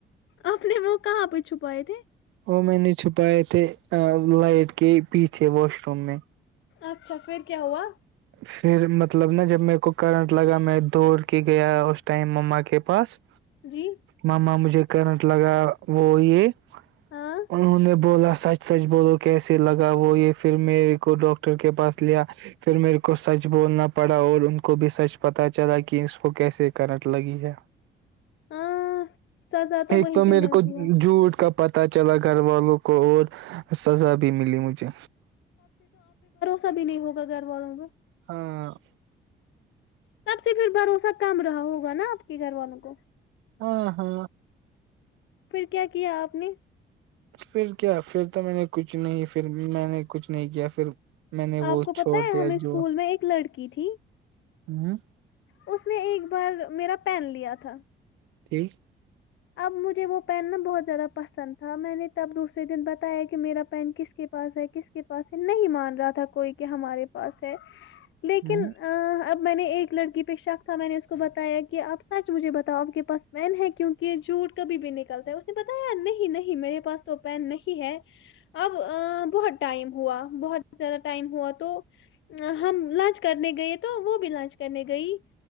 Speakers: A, on the left (about 75°); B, on the right (about 80°).
A: اپ نے وہ کہاں پہ چھپائے تھے
B: وہ میں نے چھپائے تھے لائٹ کے پیچھے واش روم میں
A: اچھا پھر کیا ہوا
B: <unintelligible> متلب نا جب میرے کو کرنٹ لگا میں دوڑ کے گیا اس ٹائم مما کے پاس
A: جی
B: مما مجھے کرنٹ لگا وہ یہ
A: ہاں
B: انہوں نے بولا سچ سچ بولو کیسے لگا وہ یہ پھر میرے کو ڈاکٹر کے پاس لیا پھر میرے کو سچ بولنا پڑا اور ان کو بھی سچ پتہ چلا کہ اس کو کیسے کرنٹ لگی ہے
A: ہاں سزا
B: ایک
A: وہیں
B: تو میرے
A: پہ ملتی
B: کو
A: ہے
B: جوٹ کا پتہ چلا گھر والوں کو اور سزا بھی ملی مجھے
A: ا بھی نہیں ہوگا گھر والوں کا
B: <unintelligible>
A: تب سے پھر بھروسہ کم رہا ہوگا نا آپ کے گھر والوں کو
B: ہا ہا
A: پھر کیا کیا آپ نے
B: پھر کیا پھر تو میں نے کچھ نہیں پھر میں نے کچھ نہیں کیا پھر میں نے وہ
A: آپ کو پت
B: چھوڑ
A: ہے
B: دیا
A: ہمیں اسکول
B: جو
A: میں ایک لڑکی تھی
B: <inaudible>
A: اس نے ایک بار میرا پین لیا تھا
B: ٹھیک
A: اب مجھے وہ پین نا بہت زیادہ پسند تھا میں نے تب دوسرے دن بتایا کہ میرا پین کس کے پاس ہے کس کے پاس ہے نہیں مان رہا تھا کوئی کہ ہمارے پاس ہے لیکن
B: ہوں
A: ا اب میں نے ایک لڑکی پہ شک تھا میں نے اس کو بتایا کہ آب سچ مجھے بتاؤ آپ کے پاس وین ہے کیوںہ کہ جھوٹ کبھی بھی نکلتا ہے اس نے بتایا ی نہیں نہیں میرے پاس تو پین نہیں ہے اب بہت ٹائم ہوا بہت زیادہ ٹائم ہوا تو ہم لانچ کرنے گئے تو وہ بھی لانچ کرنے گئی